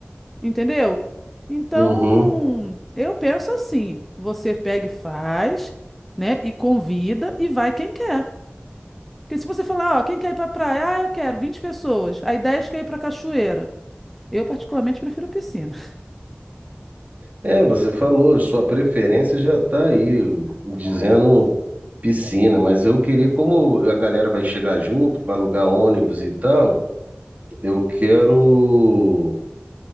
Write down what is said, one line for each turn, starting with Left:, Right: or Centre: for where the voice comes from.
Centre: entendeu? Então,
Right: Uhum.
Centre: eu penso assim: você pega e faz, né? E convida e vai quem quer. Porque se você falar, ó, quem quer ir para praia? Ah, eu quero 20 pessoas. Aí 10 quer ir para cachoeira. Eu, particularmente, prefiro piscina.
Right: É, você falou, sua preferência já está aí, dizendo piscina, mas eu queria, como a galera vai chegar junto para alugar ônibus e tal, eu quero,